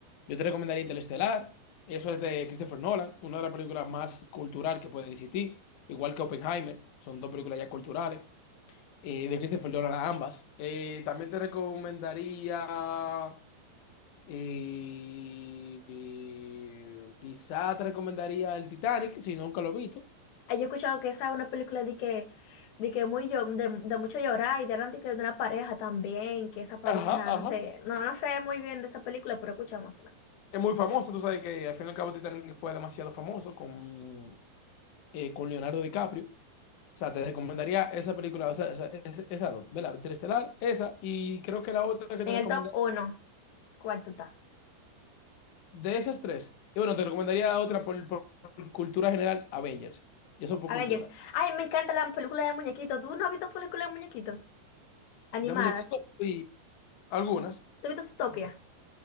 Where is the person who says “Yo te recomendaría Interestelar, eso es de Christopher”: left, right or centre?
Left